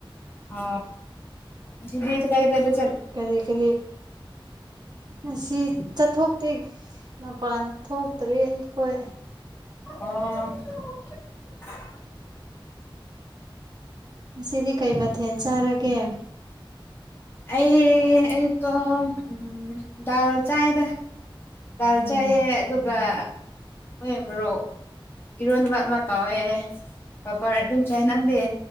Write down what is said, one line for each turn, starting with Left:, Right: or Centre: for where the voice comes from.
Left: ꯑ ꯑꯗꯨ ꯀ ꯇꯒꯗꯗ
Right: ꯀꯔꯤ ꯀꯔꯤ ꯉꯁꯤ ꯆꯠꯊꯣꯛꯇꯦ ꯃꯄꯥꯟ ꯊꯣꯛꯇ꯭ꯔꯦ ꯑꯩꯈꯣꯏ
Left: ꯑ
Right: ꯉꯁꯤꯗꯤ ꯀꯩ ꯃꯊꯦꯜ ꯆꯥꯔꯒꯦ
Left: ꯑꯩ ꯏꯣ ꯎꯝ ꯗꯥꯜ ꯆꯥꯗ ꯗꯥꯜ
Right: ꯎꯝ
Left: ꯆꯥꯏꯌꯦ ꯑꯗꯨꯒ ꯃ ꯃꯔꯣꯛ ꯏꯔꯣꯟꯕ ꯑꯃ ꯇꯥꯎꯋꯦ ꯕꯔ ꯑꯗꯨꯝ ꯆꯥꯏ ꯅꯪꯗꯦ